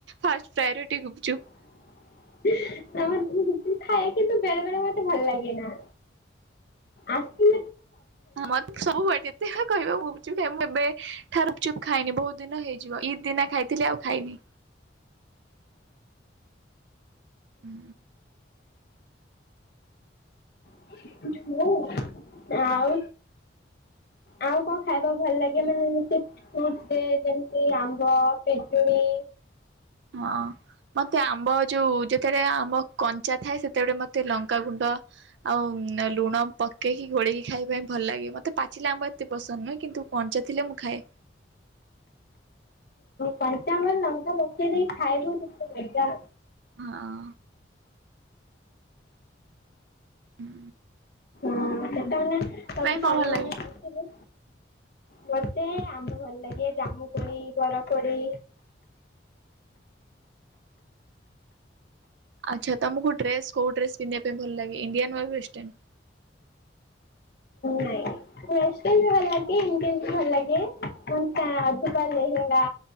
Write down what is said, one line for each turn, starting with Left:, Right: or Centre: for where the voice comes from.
Right: ଫାଷ୍ଟ ପ୍ରାୟୋରିଟି ଗୁପଚୁପ।
Left: <unintelligible> ଖାଏ କିନ୍ତୁ ବେଳେ ବେଳେ ମତେ ଭଲ ଲାଗେ ନା ଆସି
Right: ହଁ ମତେ ସବୁ ବେଳେ କହିବ ଗୁପଚୁପ ଖାଇ ମୁଁ କେବେ ଠାରୁ ଗୁପଚୁପ ଖାଇନି ବହୁତ ଦିନ ହେଇଯିବ ଇଦ୍ ଦିନା ଖାଇଥିଲି ଆଉ ଖାଇନି। ହୁଁ।
Left: <inaudible> ଆଉ ଆଉ କଣ ଖାଇବା ଭଲ ଲାଗେ ମାନେ ଏମିତି? ଫ୍ରୁଟ ରେ ଯେମିତି ଆମ୍ବ ପିଜୁଳି
Right: ହଁ। ମତେ ଆମ୍ବ ଯୋଉ ଯେତେବେଳେ ଆମ୍ବ କଞ୍ଚା ଥାଏ ସେତେବେଳେ ମତେ ଲଙ୍କାଗୁଣ୍ଡ ଆଉ ଲୁଣ ପକେଇକି ଘୋଳେଇକି ଖାଇବା ପାଇଁ ଭଲ ଲାଗେ ମତେ ପାଚିଲା ଆମ୍ବ ଏତେ ପସନ୍ଦ ନୁହେଁ କିନ୍ତୁ କଞ୍ଚା ଥିଲେ ମୁଁ ଖାଏ।
Left: କଞ୍ଚାମର ଲଙ୍କା ପକେଇ ଦେଇେକି ଖାଇବୁ ସେ ଯଉ ମଜା
Right: ହଁ। ହୁଁ।
Left: ହଁ ସେଟା ମାନେ ସବୁ
Right: କଣ
Left: ସାଙ୍ଗ
Right: ଭଲ ଲାଗେ?
Left: ମାନ ମତେ ଆମ୍ୱ ଭଲ ଲାଗେ ଜାମୁ କୋଳି ବର କୋଳି
Right: ଆଚ୍ଛା ତମକୁ ଡ୍ରେସ୍ କୋଉ ଡ୍ରେସ୍ ପିନ୍ଧିବା ପାଇଁ ଭଲ ଲାଗେ? ଇଣ୍ଡିଆନ ବା ୱେଷ୍ଟର୍ନ୍?
Left: ନାଇଁ। ୱେଷ୍ଟର୍ନ ଭଲ ଲାଗେ ଇଣ୍ଡିଆନ୍ ଭଲ ଲାଗେ ମତା ଅଧକା ଲେହେଙ୍ଗା